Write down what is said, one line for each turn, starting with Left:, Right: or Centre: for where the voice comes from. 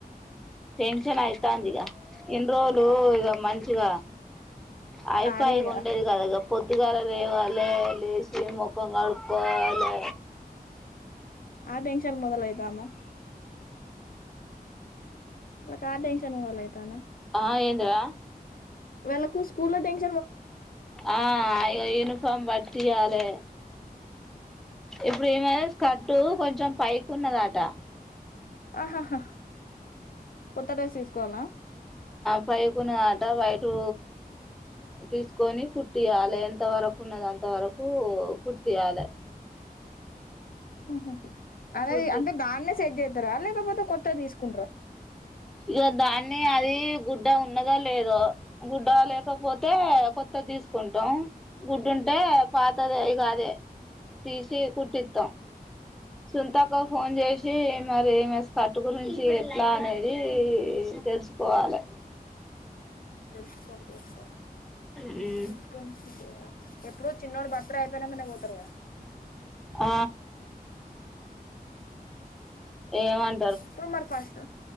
Centre: టెన్షన్ అయితాంది ఇగా ఇం రోలూ ఇగ మంచిగా హై
Left: ఆడిల్లు
Centre: ఫై గా
Left: కదా
Centre: ఉండేది గదా ఇగ పొద్దుగాలే లేేవాల్ లే లేశీ మొ పోవాలే
Left: ఆ టెన్ష న్షన్ మొదలైతాందా వాళ్ళకి ఆ టెన్షన్ మొదలైతాందా
Centre: ఆ ఏంద్రా
Left: వాళ్ళకూ స్కూల్ లో టెన్ష
Centre: ఆ ఇగ యూనిఫార్మ్ బట్ ట్టియా లే ఇప్పుడు ఏమది స్కర్ట్ టూ కొంచెం పైకున్న దటా
Left: ఆహాహా కొత్త డ్రెస్ తీసుకోవాల్నా
Centre: పైకున్న దట వైటూ తీసుకొని కుట్టీయ్యాలే ఎంత వరకు ఉన్నది అంత వరకూ కుట్టీయ్యాలే.
Left: ఆహా అలాది
Centre: కుట్టి
Left: అంటే దాన్నే చెక్ చేతరా లేకపోతే కొత్తది తీసుకుంటరా.
Centre: ఇగ దాన్నే అదీ గుడ్డ ఉన్నదో లేదో, గుడ్డ లేకపోతే కొత్తది తీసుకుంటం. గుడ్డు ఉం టే పాతదే ఇగా అదే. తీశీ కుట్టితం సుంతక్కకు ఫోన్ చేశీ మరీ కట్టు గురించి ఎట్లా అనేదీ తెలుసుకోవాలె.
Left: తెల్సుకోవలి తెల్సకో
Centre: మ్మ్.
Left: తెల్సుకొనికి లేదా ఎప్పుడు చిన్నోడి బర్త్డే అయిపోయినంకనే పోతరు కదా
Centre: ఆ ఏ వం
Left: ఇప్పుడు మరి ఫస్ట్